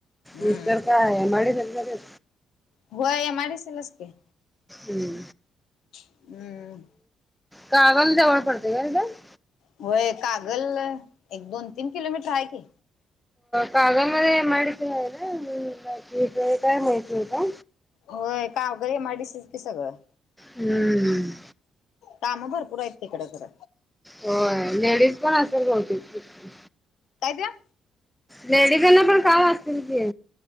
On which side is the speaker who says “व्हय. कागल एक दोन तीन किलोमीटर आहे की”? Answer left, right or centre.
Left